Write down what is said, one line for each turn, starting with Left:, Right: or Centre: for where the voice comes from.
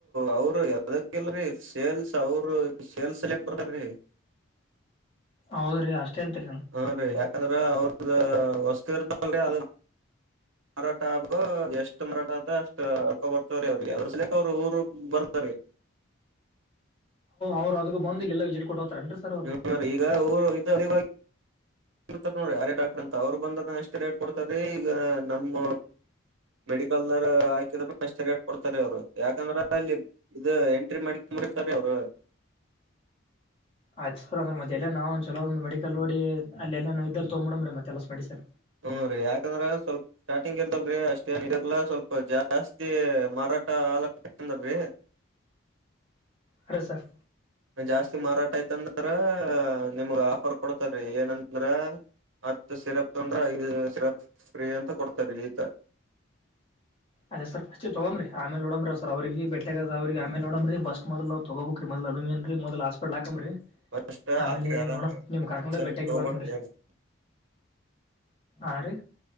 Right: ಅವರು. ಅದಕ್ಕೆಲ್ರೀ ಸೇಲ್ಸ್ ಅವರು ಸೇಲ್ಸ್ ಸೆಲೆಕ್ಟ್ ಬರೀ.
Left: ಹೌದ್ರಿ ಅಷ್ಟೇ ಅಂತತ್ರಿ ನ.
Right: ಹಾ ರಿ ಯಾಕಂದ್ರ ಅವ್ರದ ವಸ್ತಿ ಇರ್ದಲ್ರಿ ಅದ. ಮರಾಠ ಆಕ ಎಷ್ಟು ಮರಾಠ ಆತ ಅಷ್ಟ್ ಅಕ್ಕ ಬರ್ತವ್ರೀ ಅವ್ರಿಗೆ ಅದ್ರ ಸಲಕ್ ಅವ್ರರು ಊರ್ ಬರ್ತಾರೀ.
Left: ಅವರು ಅದ ಬಂದ ಇಿಲ್ಲಲ್ಲ ವಜಿಸಿಟ್ ಕೊಟ್ಟ ಹೋತಾರನ್ರೀ ಸರ್ ಅವರು.
Right: ಹ್ಮ್ ಈಗ ಊರು <inaudible> ಇತ ನೋಡಿ ಯಾರೇ ಡಾಕ್ಟರ್ ಅಂತ ಅವ್ರು ಬಂದದ ಎಷ್ಟ್ ರೇಟ್ ಕೊಡ್ತಾರೀ ಈಗ ನಮ್ಮ. ಮೆಡಿಕಲ್ ದಾರ ಹಾಕಿದ ಎಷ್ಟ ರೇಟ್ ಕೊಡ್ತಾರೆ ಅವ್ರು ಯಾಕಂದ್ರ ಅಲ್ಲಿ. ಇದು ಎಂಟ್ರಿ ಮಾಡಕೊಂಡಂಬಿರ್ತಾರೆ ಅವ್ರು.
Left: ಆಯ್ತ್ ಸುರ್ ಅ್ರ ಮತ್ತೆಲ್ಲ ನವು ಒ ಚಲೊಂದ ಮೆಡಿಕಲ್ ನೋಡಿ ಅಲ್ಲ ನಾವ ಇದ್ದಲ್ಲಿ ತಗ್ ಬಿಡ್ರೀ ಮತ್ತೆಲ ಮೆಡಿಸಿನ್.
Right: ಹ್ಮ ರೀ ಯಾಕಂದ್ರೆ ಸ್ವಲ್ಪ. ಸ್ಟಾರ್ಟಿಂಗ್ ಇರ್ತಲ್ರರಿ ಅಷ್ಟೇನ್ ಇಲ್ಲ ಸ್ವಲ್ಪ ಜಾಸ್ತಿ ಮಾರಾಟ ಆಲಲ್ರಿ.
Left: ಅದೇ ಸರ್.
Right: ಜಾಸ್ತಿ ಮಾರಾಟ ಆಯತಂದ್ರ ನಿಮ ಆಫರ್ ಕೊಡ್ತಾರೀ ಏನಂದ್ರ. ಹತ್ತು ಸಿರಪ್ ತೊಂದ್ರೆ ಐದು ಸಿರಪ್ ಫ್ರೀ ಅಂತ ಕೊಡ್ತಾರೆ ಈತ.
Left: ಅದೇ ಸರ್ಫಸ್ಟ್ ತಗಂಬ್ರಿ ಆಮೇಲೆಡಂಬ್ರ ಅವ ಸರ್ ಅವ್ರಿಗೆ ಬೆೆಗ ಅವ್ರಿಗೆ ಆೇಲೆಡಂಬ್ರಿ ಬಸ್ ಮೊದಲ್. ತಗೋಬೇಕಕ್ ಮದ ಅಮ ಏನ್ ಮದಲ್ ಹಸ್ಪಟ್ ಹಾಕಮ್ರರಿ.
Right: ಫಸ್ಟ್
Left: ಆಮೇಲೆ
Right: ಹಾಕ್ರಿ ಆರಾಮ್
Left: ನೋಡಮ ನಿಮ್ ಕಾರ್ಕೊಂಡ
Right: ಟೆನ್ಷನ್
Left: ಬೆಟ್ಟಾಗ
Right: ತಗೋಬ್ಯಾಡ್ರಿ
Left: ಬರ್ತೇನ್ರಿ. ಆರಿ.